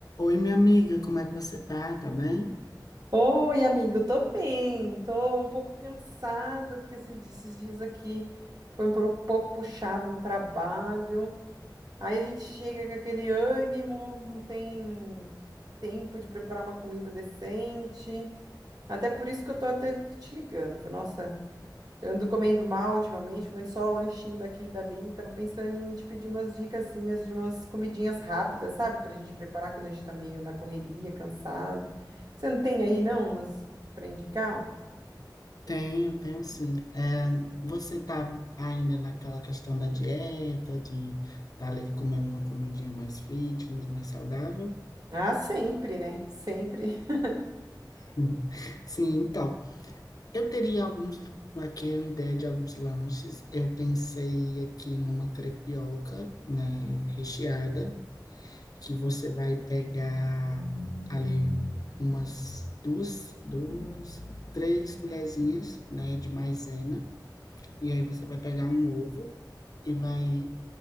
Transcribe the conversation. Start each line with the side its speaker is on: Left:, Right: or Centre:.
Left: Oi, minha amiga, como é que você tá? Tá bem?
Right: Oi, amigo, eu tô bem, tô um pouco cansada, porque esses di- esses dias aqui foi um pro- pouco puxado no trabalho. Aí a gente chega com aquele ânimo, não tem tempo de preparar uma comida decente. Até por isso que eu tô até te ligando. Falei, nossa, eu ando comendo mal ultimamente, comendo só lanchinho daqui e dali. Tava pensando em te pedir umas dicasinhas de umas comidinhas rápidas, sabe? Pra gente preparar quando a gente tá meio na correria, cansado. Você não tem aí, não, umas pra indicar?
Left: Tenho, tenho sim. É, você tá ainda naquela questão da dieta, de tá ali comendo uma comidinha mais fitness, mais saudável?
Right: Ah, sempre, né? Sempre <laughs>
Left: <laughs> Sim, então, eu teria alguns, aqui uma ideia de alguns lanches. Eu pensei aqui numa crepioca, né, recheada, que você vai pegar ali umas duas, duas, três colherzinhas, né, de maisena E aí você vai pegar um ovo e vai